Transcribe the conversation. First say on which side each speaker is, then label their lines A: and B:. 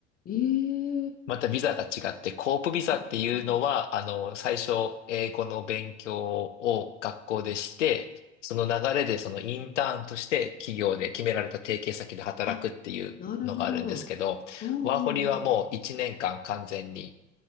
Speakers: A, on the left; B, on the left.
A: ええ
B: またビザが違って、コープビザっていうのは、
A: あ、うん
B: あのー、最初、英語の勉強を学校でして、その流れでそのインターンとして企業で決められた提携先で働くっていうのがあるんですけど、
A: あ、なるほど。うんうんうん。
B: ワーホリはもう1年間完全に、